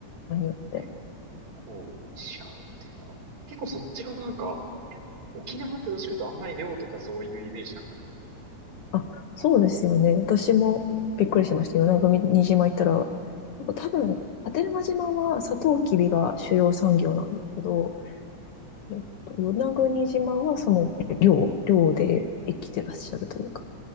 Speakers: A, on the left (about 70°); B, on the right (about 55°).
A: 場合によって。
B: 結構違うっていうか、結構そっち側もなんか、沖縄ってどっちかというとあんまり漁とかそういうイメージなかったの
A: あ、そうですよね。私もびっくりしました。与那国島行ったら、なんか多分、波照間島はサトウキビが主要産業なんですけど、
B: で。
A: えっと、与那国島はその漁、漁で生きてらっしゃるというか、
B: ええ、ええ、